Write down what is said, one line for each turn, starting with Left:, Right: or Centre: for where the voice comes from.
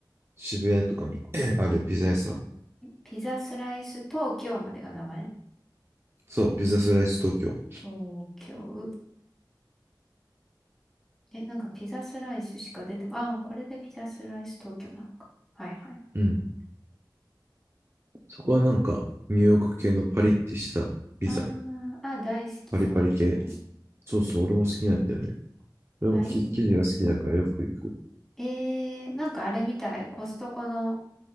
Right: 渋谷とかに <clears throat> あるピザ屋さん。
Centre: ピザスライス東京までが名前
Right: そう、ピザスライス東京。
Centre: 東京。え、なんかピザスライスしか出てこ、ああ、これでピザスライス東京なのか。はいはいはい。
Right: うん。そこはなんか、ニューヨーク系のパリってしたピザ。
Centre: あーあ、大好きそういうの。
Right: パリパリ系。そうそう、俺も好きなんだよね。俺もき生地が好きだからよく行く。
Centre: あ、いいね。えー、なんかあれみたい。コストコの